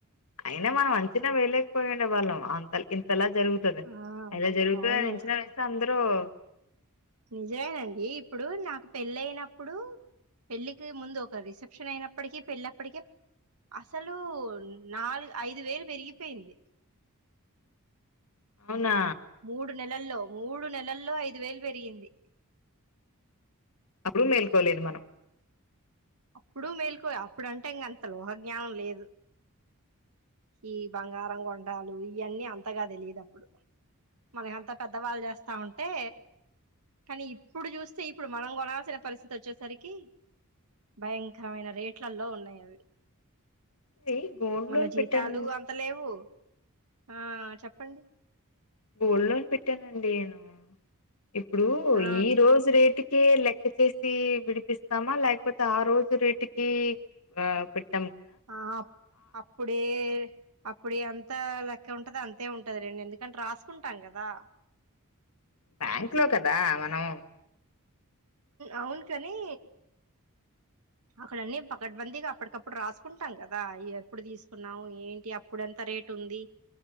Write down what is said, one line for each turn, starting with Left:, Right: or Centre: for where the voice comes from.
Left: అయినా మనం అంచనా వేయలే పోయిండేవాళ్ళం అంతల్ ఇంతలా జరుగుతది
Right: ఆ
Left: ఇలా జరుగుతుని
Right: అవును
Left: అంచనా వేస్తే అందరు ను
Right: నిజమేనండి ఇప్పుడు నాకు పెళ్ళయిన అప్పుడు పెళ్ళికి ముందు ఒక రిసెప్షన్ అయినప్పటికి పెళ్ళప్పటికే అసలు నాలుగు ఐదు వేలు పెరిగిపోయింది
Left: అవునా
Right: మూడు నెలల్లో మూడు నెలల్లో ఐదు వేలు పెరిగింది
Left: అప్పుడు మేల్కొలేదు మనం
Right: ఇప్పుడు మేల్కో అప్పుడుంటే ఇంకంత లోక జ్ఞానం లేదు ఈ బంగారం కొండాలు ఇవన్నీ అంతగా తెలియదు అప్పుడు మనకంత పెద్దవాళ్ళు చేస్తా ఉంటే కానీ ఇప్పుడు చూస్తే ఇప్పుడు మనం కొనాల్సిన పరిస్థితి వచ్చేసరికి భయంకరమైన రేట్లల్లో ఉన్నాయి అవి
Left: ఇది గోల్డ్
Right: మన
Left: లోన్
Right: జీతాలు
Left: పెట్టాను
Right: అంత లేవు ఆ చెప్పండి
Left: గోల్డ్ లోన్ పెట్టానండి నేను ఇప్పుడూ
Right: ఆ
Left: ఈ రోజు రేటు లెక్క చేసి విడిపిస్తామా లేకపోతే ఆ రోజు రేటుకి ఆ పెట్
Right: ఆ అప్పుడే అప్పుడు ఎంత లెక్క ఉంటది అంతే ఉంటది రండి ఎందుకంటే రాసుకుంటాం కదా
Left: బ్యాంక్ లో కదా మన మ్
Right: అవును కానీ అక్కడన్నీ పకడ్బందీగా అప్పటికప్పుడు రాసుకుంటాం కదా ఎప్పుడు తీసుకున్నాం ఏంటి అప్పుడు ఎంత రేటు ఉంది